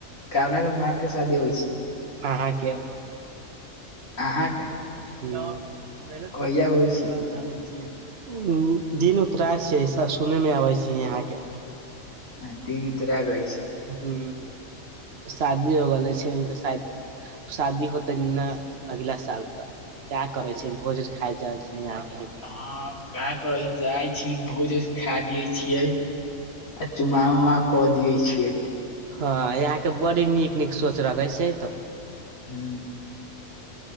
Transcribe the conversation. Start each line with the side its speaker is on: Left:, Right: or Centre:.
Left: कना क माल के शादी होइ छै
Right: आहाके
Left: आहा के
Right: तऽ मेहनत
Left: कहिया
Right: करते करते
Left: होइ छै
Right: भाड़ा बना लेल छिए उ दिन उतराय छै सब सुनने मे आबे छै यहाँ के
Left: ह दिन <unintelligible> तऽरागैइ छै
Right: हं शादी हो गेले छै शायद शादी होतै ने अगला साल तऽ त करे छै भोजज खा जा रहल छै यहाँ के
Left: हँ क करै छी जाइ छी भोज खा लिय छियै आ चुमा उमा कऽ दिय छियै
Right: हँ यहाँके बड़ी नीक नीक सोच रखै छै तऽ
Left: हू